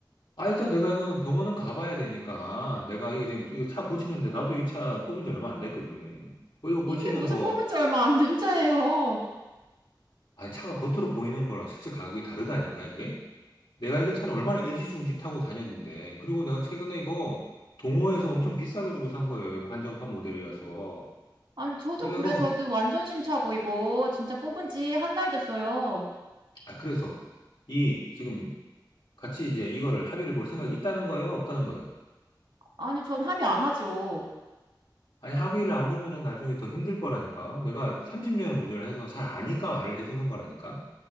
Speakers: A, on the left; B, on the right.
A: 아, 일단 내가 이거는 병원은 가봐야 되니까, 내가 이거 지금 이거 차 고치는데, 나도 이 차 뽑은 지 얼마 안 됐거든. 어, 이거 고치는
B: 이게 무슨
A: 거,
B: 뽑은 지 얼마 안 된 차예요.
A: 아, 차가 겉으로 보이는 거랑 실제 가격이 다르다니까, 이게? 내가 이거 차를 얼마나 애지중지 타고 다녔는데, 그리고 내가 최근에 이거 동호회에서 엄청 비싸게 주고 산 거예요. 이거 한정판 모델이라서.
B: 아니, 저도
A: 그래서
B: 그래,
A: 이거,
B: 저도 완전 신차고, 이거. 진짜 뽑은 지 한 달 됐어요.
A: 아, 그래서, 이, 지금 같이 이제 이거를 합의를 볼 생각이 있다는 거예요? 없다는 거예요?
B: 아니, 전 합의 안 하죠.
A: 아니, 합의를 안 보면은 나중에 더 힘들 거라니까. 내가 30년을 운전을 해서 잘 아니까 말을 해주는 거라니까.